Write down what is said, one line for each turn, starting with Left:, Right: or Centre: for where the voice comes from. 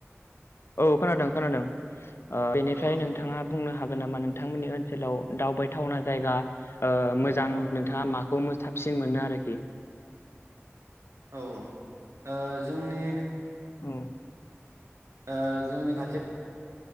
Left: औ खोनादों खोनादों। ओ बेनिफ्राय
Right: औ
Left: नोंथाङा बुंनो हाग गोन नामा नोंथांमोननि ओनसोलाव दावबायथावना जायगा ओ मोजां
Right: औ
Left: नोंथाङा मा? खौ मो साबसिन मोनो आरोखि?
Right: औ ओ ओ जोंनि
Left: औ
Right: ओ जोंनि खाथियाव